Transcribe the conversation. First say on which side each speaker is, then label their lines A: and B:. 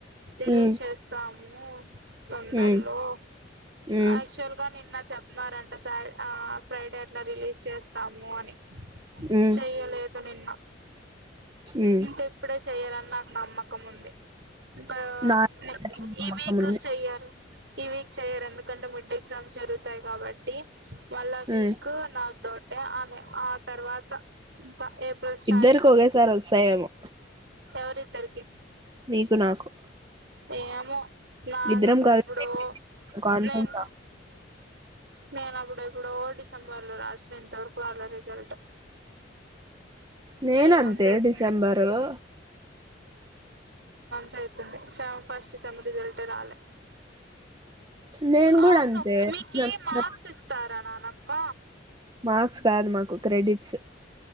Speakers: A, on the right; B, on the right.
A: రిలీస్
B: ఉమ్
A: చేస్తాం అమ్మో తొందర్లో,
B: ఉమ్ ఉమ్
A: యాక్చువల్ గా నిన్న చెప్నారంట సైడ్ ఆ ఫ్రైడే అట్లా రిలీజ్ చేస్తాము అని
B: ఉమ్
A: చేయలేద్
B: ఉమ్
A: పదునిన్న
B: ఉమ్
A: ఇంకా ఇప్పుడే చెయ్యారని నాకు నమ్మకం ఉంది. బ
B: నా
A: న
B: నమ్మకం
A: ఈ వీకు
B: ఉంది
A: చెయ్యరు. ఈ వీక్ చెయ్యరెందుకండ ముడ్డే. ఎగ్జమ్ జరుగుతాయి కాబట్టి మళ్ళా వీకు
B: ఉమ్
A: నాకు డౌటెే. మే ఆ తర్వాత్ త్ ఇంకా ఏప్రిల్ స్టార్ట్
B: ఇద్దరకు ఒకేసారి వస్తాయేమో
A: ఎవరి తర్కి
B: నీకు నాకు
A: ఏమెు నాదపుడెపుడో
B: ఇద్దరం కలిసి కాన్ఫరెన్స్
A: నేన్ నేనపుడెప్పుడో డిసెంబర్ లో రాసిన ఇంతవరకు రాలే రిజల్ట్.
B: నేను
A: త్రీ
B: అంతే
A: మంత్స్ అయితుంది
B: డిసెంబరు
A: అవుతుంది సా ఫస్ట్ సెమ్ రిజల్ట్ అట్టరాలే
B: నేను కూడా
A: అవును
B: అంతే
A: మీకీ
B: డిసెంబర్
A: మార్క్స్ ఇస్తారా నానక్క
B: మార్క్స్ కాదు మాకు క్రెడిట్స్